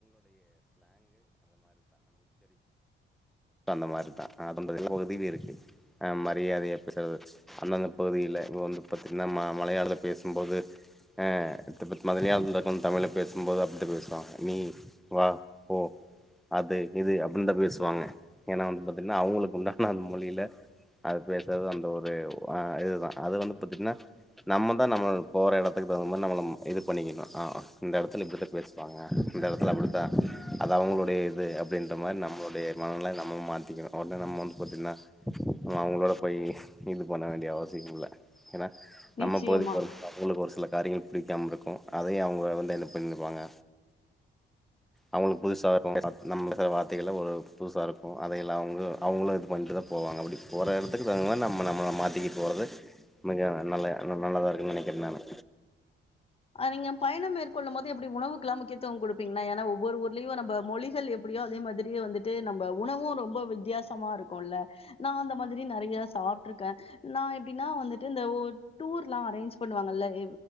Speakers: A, in the centre; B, on the left (about 25°).
A: அந்த மாரிதா அதுன்றது எல்ல பகுதியில இருக்கு ஆஹ் மரியாதையா பேசுறது அந்தந்த பகுதியில வந்து பாத்தீங்கன்னா மலையாளத்துல பேசும்போது அஹ் மலையாளத்து இருந்து தமிழ் பேசும்போது அப்ட்தா பேசுவாங்க நீ வா ஓ அது இது அப்டின்னுதா பேசுவாங்க ஏன்னா வந்து பாத்தீங்கன்னா அவங்களுக்கு உண்டான அந்த மொழியில அது பேசுறது அந்த ஒரு ஆஹ் இதுதா அது வந்து பாத்தீங்கன்னா நம்மதா நம்ம போற இடத்துக்கு தகுந்த மாரி நம்ல நம் இது பண்ணிக்கணு ஆஹ் இந்த எடத்துல இப்பிடித்தா பேசுவாங்க இந்த எடத்துல அப்டித்தா அது அவங்களுடைய இது அப்டின்ற மாரி நம்மளுடைய மனநிலை நம்ம மாத்திக்கணு உடனே நம்ம வந்து பார்த்தீங்கன்னா அவங்களோட போய் இது பண்ண வேண்டிய அவசியம் இல்ல நம்ம
B: நிச்சயமா
A: பகுதிக்கு வரும்போது அவங்களுக்கு ஒரு சில காரியங்கள் பிடிக்காமல் இருக்கு அதயு அவங்க வந்து என்ன பண்ணிருப்பாங்க அவங்களுக்கு புதுசா வரு <unintelligible> நம்ம ச வார்த்தைகள்ல ஒரு புதுசா இருக்கு அதையெல்ல அவங்க அவங்களும் இது பண்ணிட்டுதா போவாங்க அப்டி போற எடத்துக்கு தகுந்த மாரி நம்ம நம்மளை மாத்திக்க போறது மிக நல்ல நல்லதா இருக்குன்னு நெனைக்கிற நானு
B: அ நீங்க பயணம் மேற்கொள்ளும் போது எப்பிடி உணவுக்குல்லாம் முக்கியத்துவம் குடுப்பீங்கன்னா ஏன்னா ஒவ்வொரு ஊர்லயும் நம்ம மொழிகள் எப்படியோ அதே மாதிரியே வந்துட்டு நம்ம உணவும் ரொம்ப வித்தியாசமா இருக்கும்ல்ல நா அந்த மாரி நெறைய சாப்பிட்டு இருக்க நா எப்டின்னா வந்துட்டு இந்த ஓர் டூர் எல்லா அரேஞ்ச் பண்ணுவாங்கல்ல எ